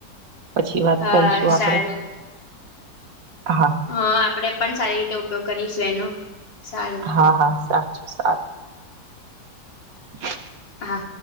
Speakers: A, on the right; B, on the left.
A: પછી વાત
B: હા
A: કરીશું આપડે
B: સારું
A: હા.
B: હા, આપડે પણ સારી રીતે ઉપયોગ કરીશું એનો સારું.
A: હા હા સાચું સારું. હ
B: હા.